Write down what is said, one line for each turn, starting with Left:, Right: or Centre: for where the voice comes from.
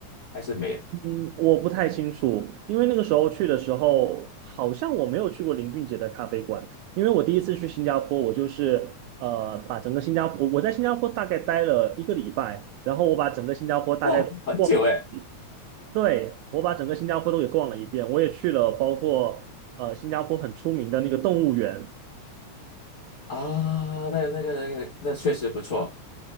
Left: 还是没有？
Right: 嗯，我不太清楚，因为那个时候去的时候，好像我没有去过林俊杰的咖啡馆，因为我第一次去新加坡，我就是呃把整个新加坡，我我在新加坡大概待了一个礼拜，然后我把整个新加坡大概逛了。
Left: 哇，很久诶。
Right: 对，我把整个新加坡都给逛了一遍，我也去了，包括呃新加坡很出名的那个动物园。
Left: 啊，那那个那个那确实不错。